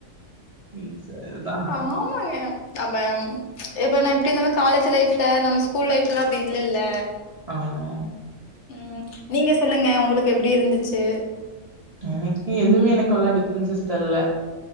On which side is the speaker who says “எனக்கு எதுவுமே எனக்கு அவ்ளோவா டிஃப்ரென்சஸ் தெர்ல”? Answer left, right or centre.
Right